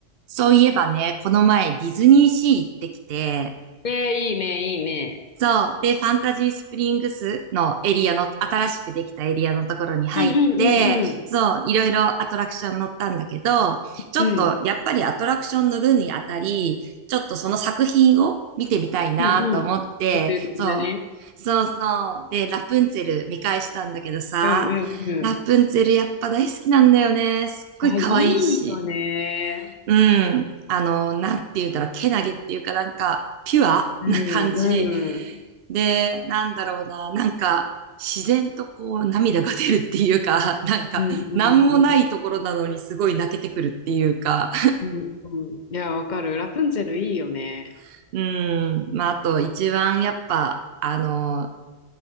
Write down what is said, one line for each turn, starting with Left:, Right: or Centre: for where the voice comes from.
Right: そういえばね、この前ディズニーシー行ってきて、
Left: ええ、いいね、いいね。
Right: そう。で、ファンタジースプリングスのエリアの、新しくできたエリアのところに入って、
Left: うんうんうんうん。
Right: そう、いろいろアトラクション乗ったんだけど、ちょっとやっぱりアトラクション乗るにあたり、
Left: うん
Right: ちょっとその作品を見てみたいなと思って、
Left: うんうん。普通的なね。
Right: そう、そうそう。で、ラプンツェル見返したんだけどさ、
Left: うんうんう
Right: ラプンツェルやっぱ大好きなんだよね。すっごい可愛いし。
Left: ん。あ、いいよね。
Right: うん。あの、なんて言うんだろう、けなげっていうか、なんか、ピュア <laughs>
Left: うんうん。
Right: な感じ。で、なんだろうな、なんか、自然とこう、涙が出るっていうか、<laughs> なんか、
Left: うんうんうん。
Right: なんもないところなのにすごい泣けてくるっていうか、
Left: うんうん。いや、わかる。ラプンツェルいいよね。
Right: <laughs> うん。まあ、あと、一番やっぱ、あの、